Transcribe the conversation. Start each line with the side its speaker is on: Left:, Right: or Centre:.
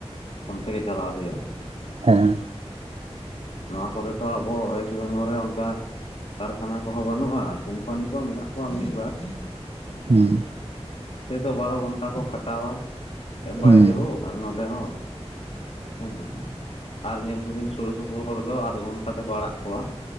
Left: ᱚᱱᱛᱮ ᱜᱮ ᱪᱟᱞᱟᱣ ᱦᱩᱭᱩᱜ-ᱟ᱾
Right: ᱦᱮᱸ
Left: ᱱᱚᱣᱟ ᱠᱚᱨᱮ ᱛᱚ ᱟᱵᱚ ᱣᱮᱥᱴ ᱵᱮᱝᱜᱚᱞ ᱨᱮ ᱚᱱᱠᱟ ᱠᱟᱨᱠᱷᱟᱱᱟ ᱠᱚᱦᱚᱸ ᱵᱟᱹᱱᱩᱜ-ᱟ ᱠᱳᱢᱯᱟᱱᱤ ᱠᱚ ᱢᱮᱱᱟᱜ ᱠᱚᱣᱟ ᱢᱤᱫ ᱵᱟᱨ᱾
Right: ᱦᱩᱸ᱾
Left: ᱥᱮᱛᱚ ᱵᱟᱨᱚ ᱜᱷᱚᱱᱴᱟ ᱠᱚ ᱠᱷᱟᱴᱟᱣᱟ ᱵᱟᱭᱨᱮ
Right: ᱦᱩᱸ
Left: ᱦᱳ ᱟᱨ ᱱᱚᱸᱰᱮ ᱦᱚᱸ᱾ ᱦᱮᱸ, ᱟᱨ ᱧᱮᱞ ᱠᱚᱵᱤᱱ ᱥᱩᱨ ᱥᱩᱯᱩᱨ ᱦᱚᱲ ᱫᱚ ᱟᱴᱷ ᱜᱷᱚᱱᱴᱟ ᱛᱮᱠᱚ ᱟᱲᱟᱜ ᱠᱚᱣᱟ᱾